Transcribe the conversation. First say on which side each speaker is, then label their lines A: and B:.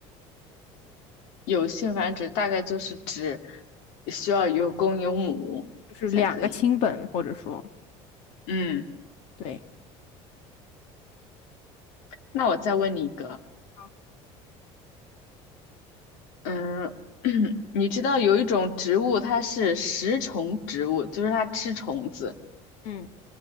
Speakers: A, on the left (about 80°); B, on the left (about 60°).
A: 有性繁殖大概就是指需要有公有母才可以。
B: 就是两个亲本或者说。
A: 嗯，
B: 对，
A: 那我再问你一个。
B: 好，
A: 嗯，<clears throat> 你知道有一种植物，它是食虫植物，就是它吃虫子。
B: 嗯，